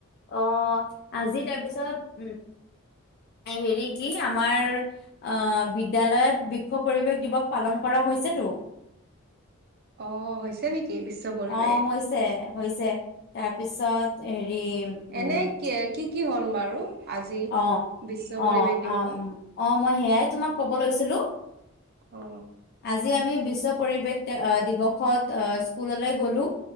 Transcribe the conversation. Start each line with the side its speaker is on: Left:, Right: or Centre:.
Left: অহ ', আজি তাৰপিছত উ', হেৰি কি আমাৰ আহ', বিদ্য়ালয়ত বিশক্ষ পৰিবেশ দিৱস পালন কৰা হৈছেতো।
Right: অহ, হৈছে নেকি? বিশ্ব পৰিৱেশ
Left: অহ ', হৈছে - হৈছে তাৰপিছতে ৰি উম
Right: এনে কি কি কি হ'ল বাৰু। আজি
Left: অ' -
Right: বিশ্ব পৰিৱেশ
Left: অ' -
Right: দিৱসত
Left: অ', মই সেয়াই তোমাক ক'ব লৈছিলো
Right: অ
Left: আজি আজি আমি বিশ্ব পৰিৱেশ দিৱসত অহ ', স্কুললৈ গ'লো।